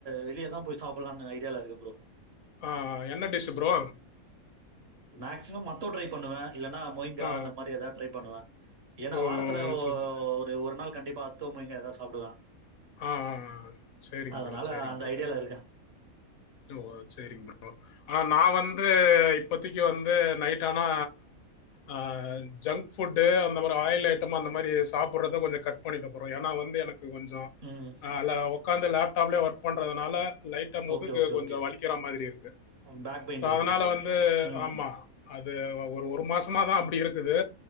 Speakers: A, on the right; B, on the left.
A: வெளியதா போய் சாப்பட்லானு ஐடியால இருக்க ப்ரோ
B: ஆ என்ன டிஷ்ஷு ப்ரோ
A: மேக்சிமம் அத்தோ ட்ரை பன்னுவ இல்லன்னா மொய்ங்கா
B: ஆ.
A: அந்த மாரி ஏதா ட்ரை பண்ணுவ ஏனா
B: ஓ!
A: வாரத்துல ஒ
B: சூப்பர்.
A: ஒரு ஒரு நாள் கண்டிப்பா அத்தோ மொய்ங்கா எதனா சாப்டுவ
B: ஆ, ஆ, ஆ. சரிங்க
A: அதனால
B: ப்ரோ, சரிங்க
A: அந்த
B: ப்ரோ.
A: ஐடியால இருக்க
B: ஓ சேரிங் ப்ரோ ஆனா நா வந்து இப்போத்திக்கு வந்து நைட் ஆனா ஆ ஜங்க் ஃபுட்டு அந்த மாரி ஆயில் ஐட்டமா அந்த மாரி சாப்புட்றத கொஞ்சோ கட் பண்ணிட்ட ப்ரோ ஏனா வந்து எனக்கு கொஞ்சோ
A: ம்
B: நல்லா ஒக்காந்து லேப்டாப்லயே ஒர்க் பண்றதுனால லைட்ட முதுகு
A: ஓகே, ஓகே,
B: கொஞ்சோ
A: ஓகே.
B: வலிக்கிற மாதிரி இருக்கு
A: பேக் பெயின்
B: சோ
A: இருக்கும்
B: அதனால
A: உங்களுக்கு.
B: வந்து
A: ம்.
B: ஆமா அது ஒரு ஒரு மாசமா தா அப்டி இருக்குது